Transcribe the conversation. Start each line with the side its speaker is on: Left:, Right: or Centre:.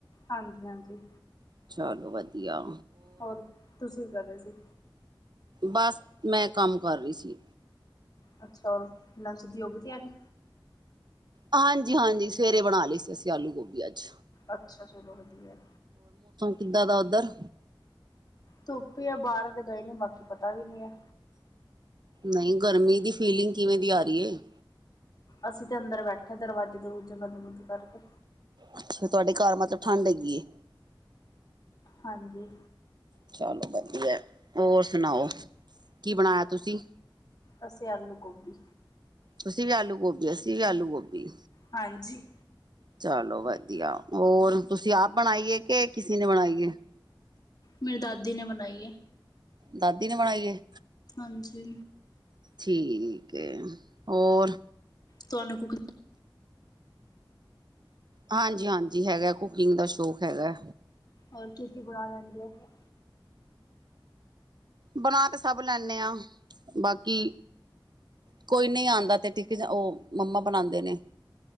Left: ਹਾਂਜੀ ਹਾਂਜੀ।
Right: ਚਲੋ ਵਧੀਆ
Left: ਹੋਰ ਤੁਸੀਂ ਕੀ ਕਰ ਰਦੇ ਸੀ?
Right: ਬਸ ਮੈਂ ਕੰਮ ਕਰ ਰਹੀ ਸੀ
Left: ਅੱਛਾ ਹੋਰ ਲੰਚ ਦੀ ਹੋ ਗਈ ਤਿਆਰੀ?
Right: ਹਾਂਜੀ ਹਾਂਜੀ ਸਵੇਰੇ ਬਣਾ ਲਈਏ ਸੀ ਅਸੀਂ ਆਲੂ ਗੋਭੀ ਅੱਜ
Left: ਅੱਛਾ ਚਲੋ ਵਧੀਆ।
Right: ਕਿਦਾਂ ਦਾ ਉੱਧਰ
Left: ਧੁੱਪ ਹੀ ਆ ਬਾਹਰ ਦੇ ਗਏ ਨੀ ਬਾਕੀ ਪਤਾ ਵੀ ਨੀ ਹੈ।
Right: ਨਹੀਂ ਗਰਮੀ ਦੀ ਫੀਲਿੰਗ ਕਿਵੇਂ ਦੀ ਆ ਰਹੀ ਹੈ?
Left: ਅਸੀਂ ਤੇ ਅੰਦਰ ਬੈਠੇ ਦਰਵਾਜ਼ੇ ਦਰਵਾਜੇ ਬੰਦ-ਬੰਦ ਕਰਕੇ।
Right: ਅੱਛਾ ਤੁਹਾਡੇ ਘਰ ਮਤਲਬ ਠੰਢ ਹੈਗੀ।
Left: ਹਾਂਜੀ।
Right: ਚਲੋ ਵਧੀਆ ਹੋਰ ਸੁਣਾਓ ਕੀ ਬਣਾਇਆ ਤੁਸੀਂ?
Left: ਅਸੀਂ ਆਲੂ ਗੋਭੀ।
Right: ਤੁਸੀਂ ਵੀ ਆਲੂ ਗੋਭੀ ਅਸੀਂ ਵੀ ਆਲੂ ਗੋਭੀ।
Left: ਹਾਂਜੀ।
Right: ਚਲੋ ਵਧੀਆ ਹੋਰ ਤੁਸੀਂ ਆਪ ਬਣਾਈਏ ਕਿ ਕਿਸੇ ਨੇ ਬਣਾਈਏ
Left: ਮੇਰੀ ਦਾਦੀ ਨੇ ਬਣਾਈ ਹੈ।
Right: ਦਾਦੀ ਨੇ ਬਣਾਈ
Left: ਹਾਂਜੀ।
Right: ਠੀਕ ਹੈ ਹੋਰ।
Left: ਤਹਨੂੰ <unintelligible>
Right: ਹਾਂਜੀ-ਹਾਂਜੀ ਹੈਗਾ ਕੁਕਿੰਗ ਦਾ ਸ਼ੌਕ ਹੈਗਾ।
Left: ਹੋਰ ਕੀ ਕੀ ਬਣਾ ਲੈਂਦੇ ਆ ਫ
Right: ਬਣਾ ਤੇ ਸਭ ਲੈਂਣੇ ਆ ਬਾਕੀ ਕੋਈ ਨਹੀਂ ਆਉਂਦਾ ਤੇ ਟਿਕ ਉਹ ਮੰਮਾ ਬਣਾਉਂਦੇ ਨੇ